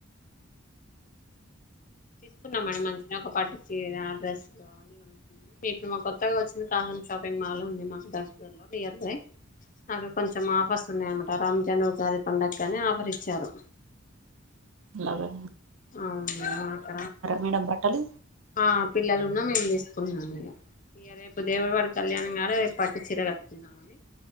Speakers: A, on the left (about 40°); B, on the right (about 70°).
A: తీసుకున్నాం మేడం మంచిగా ఒక పట్టుచీర డ్రెస్లు అ ఇప్పుడు మా కొత్తగా వచ్చిన కాసం షాపింగ్ మాల్ ఉంది మా దగ్గరలో నియర్ బై నాకు కొంచెం ఆఫర్స్ ఉన్నాయంట రంజాను పండక్కనీ ఆఫర్ ఇచ్చారు
B: లాగో
A: అవును మాక
B: మేడం బట్టలు
A: ఆ పిల్లలున్నా మేము తీసుకున్నాం ఇక ఇక రేపు దేవుడివారి కళ్యాణం కాదు రేపు పట్టు చీర కట్టుకున్నా అని